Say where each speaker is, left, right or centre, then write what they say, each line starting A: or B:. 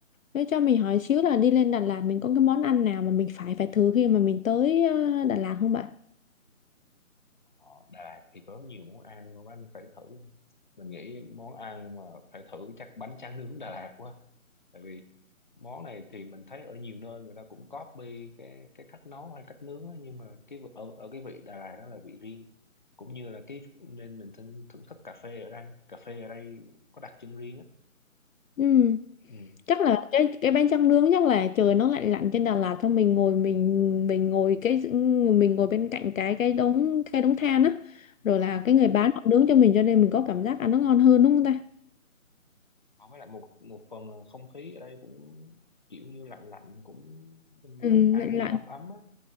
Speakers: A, on the left; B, on the left.
A: Thế cho mình hỏi xíu là đi lên Đà Lạt mình có cái món ăn nào mà mình phải phải thử khi mà mình tới ờ, Đà Lạt không bạn
B: họ Đà Lạt thì có nhiều món ăn mà anh phải thử mình nghĩ món ăn mà phải thử chắc bánh tráng nướng Đà Lạt quá tại vì món này thì mình thấy ở nhiều nơi người ta cũng copy cái cái cách nấu hay cách nướng á, nhưng mà cái vị- ở ở cái vị Đà Lạt đó là vị riêng cũng như là cái nên mình thinh- thưởng thức cà phê ở đây cà phê ở đây có đặc trưng riêng á
A: ừ
B: ừ.
A: chắc là cái cái bánh tráng nướng chắc là trời nó lạnh lạnh trên Đà Lạt xong mình ngồi mình mình ngồi cái mình ngồi bên cạnh cái cái đống cái đống than á rồi là
B: ừ.
A: cái người bán họ nướng cho mình cho nên mình có cảm giác ăn nó ngon hơn đúng không ta
B: họ với lại một một phần là không khí ở đây cũng kiểu như lạnh lạnh cũng mình
A: ừ,
B: mình cần ăn
A: lạnh
B: gì
A: lạnh
B: ấm ấm á